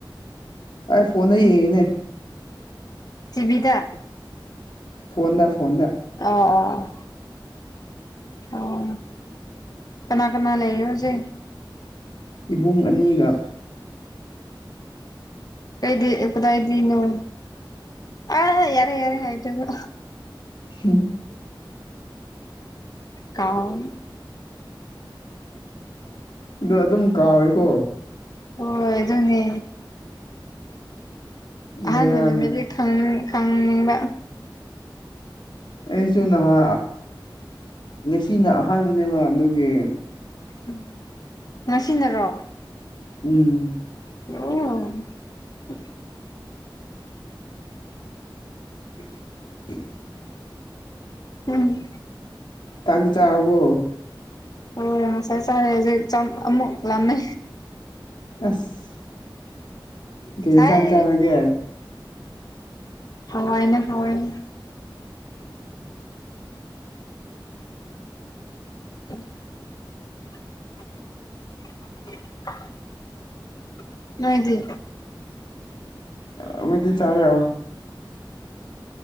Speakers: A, on the left; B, on the left.
A: ꯑ ꯐꯣꯟꯅꯅꯦ
B: ꯕꯤꯗ
A: ꯐꯣꯟꯗ ꯐꯣꯟꯗ
B: ꯑ ꯑ ꯑꯣ ꯀꯅꯥ ꯀꯅꯥ ꯂꯩ ꯍꯧꯖꯤꯦ
A: ꯏꯕꯨꯡ ꯑꯅꯤꯒ
B: ꯀꯩꯗꯤ ꯈꯨꯗꯥꯏꯅꯣ ꯑ ꯍ ꯌꯥꯔꯦ ꯍꯥꯏꯗꯅ
A: ꯎ
B: ꯑ
A: ꯑꯗꯣ ꯑꯗꯨꯝ ꯀꯥꯎꯋꯦꯀꯣ
B: ꯍꯣꯏ ꯑꯗꯨꯅꯦ ꯑꯍꯥꯟꯕꯅ
A: ꯕꯦꯔꯥꯅꯤ
B: ꯅꯨꯃꯤꯗꯤ ꯈꯪ ꯈꯪꯅꯤꯡꯕ
A: ꯑꯩꯁꯨ ꯅꯍꯥ ꯉꯁꯤꯅ ꯑꯍꯥꯟꯕꯅꯦꯕ ꯑꯗꯨꯒꯤ
B: ꯎꯝ ꯉꯁꯤꯅꯔꯣ
A: ꯎꯝ
B: ꯑꯣ
A: <unintelligible>
B: ꯎꯝ
A: ꯇꯥꯕꯤꯆꯥ ꯑꯕꯨ
B: ꯍꯣꯏ ꯉꯁꯥꯏ ꯆꯥꯔꯦ ꯍꯧꯖꯤꯛ ꯑꯃꯨꯛ ꯆꯥꯛ ꯂꯥꯝꯃꯦ
A: ꯑꯁ ꯀꯩ
B: ꯐꯥꯏ
A: ꯏꯟꯁꯥꯡ ꯆꯥꯔꯒꯦ
B: ꯍꯣꯏꯅꯦ ꯍꯅꯦ ꯎꯝ <unintelligible> <unintelligible> ꯅꯣꯏꯗꯤ
A: ꯑꯣꯏꯗꯤ ꯆꯥꯔꯦ